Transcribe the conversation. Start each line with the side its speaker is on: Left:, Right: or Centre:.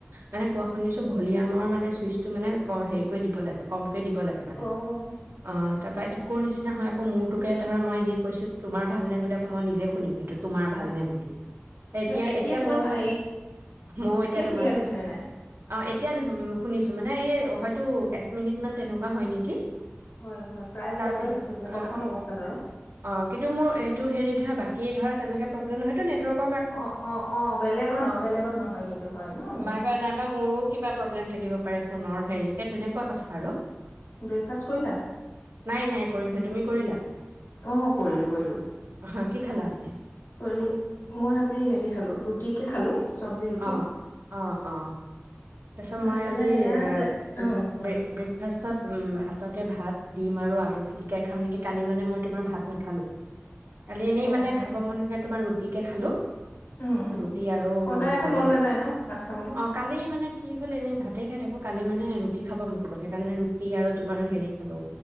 Right: মানে কোৱা শুনিছোঁ ভলিয়ামৰ মানে ছুইচটো ক-মানে হেৰি কৰি দিব লাগে কম কমকৈ দিব লাগে মানে।
Left: অ',
Right: অ তাৰ পৰা ই ইকোৰ নিচিনা হয় আকৌ মোৰটোকে ধৰা মই যি কৈছো তোমাৰ ভালনে বুলি আকৌ মই নিজে শুনিম সেইটো তোমাৰ ভালনে বুলি। এতিয়া
Left: ন
Right: এতিয়া
Left: তোমাৰ
Right: মইয়ো
Left: ভা-
Right: মানে, মইয়ো এতিয়া
Left: ক্লিয়াৰ
Right: তোমাৰটোৰ
Left: হৈছে
Right: পৰা
Left: নে নাই?
Right: অ এতিয়া শুনিছোঁ মানে এই টো এক মিনিট মান তেনেকুৱা হয় নেকি?
Left: হয় হয় প্ৰায়বিলাকৰে
Right: তাৰ পিছত
Left: হৈছে বোলে
Right: অ',
Left: প্ৰথম অৱস্থাত আৰু।
Right: অ', কিন্তু মোৰ এইটো হেৰিত ধৰা বাকী এই ধৰা তেনেকৈ প্ৰব্লেমহয়তো নেৱৰ্ক
Left: অ', অ', অ', বেলেগৰ নহয় বেলেগত নহয় কিন্তু হয় ন'।
Right: নাইবা নাইবা মোৰো কিবা প্ৰব্লেম থাকিব পাৰে ফোনৰ হেৰি, সেই তেনেকুৱা কথা আৰু।
Left: ব্ৰেকফাষ্ট কৰিলা?
Right: নাই নাই কৰিমহে তুমি কৰিলা?
Left: অ, ' কৰিলো কৰিলো
Right: অ', কি খালা আজি?
Left: কৰি মই এই হেৰি খালো, ৰুটিকে খালো। চব্জি ৰুটি।
Right: অ', অ', অ, ' তাৰপিছত
Left: খাই
Right: মই
Left: পেলাই
Right: আজি
Left: এয়া
Right: এ,
Left: তে অ কোৱা
Right: ব ব্ৰেকফাষ্টত উম ভাতকে ভাত দিম আৰু আলু পিটিকাই খাম নেকি? কালি মানে মই তোমাৰ ভাত নাখালো। কালি এনেই
Left: অ
Right: মানে
Left: অ
Right: খাব মন খে তোমাৰ ৰুটি তিকে খালো।
Left: উম উম
Right: ৰুটি আৰু
Left: সদায় আকৌ
Right: আলু,
Left: মন নাযায় ন ভাত খাবলৈ।
Right: অ', কালি মানে বলে এনেই ভাতে খাই থাকো কালি মানে ৰুটি গ'ল এনেই ভাতেই খায় থাকো, কালি মানে ৰুটি খাব মন গ'ল, সেইকাৰণে ৰুটি আৰু তোমাৰ হেৰি খালো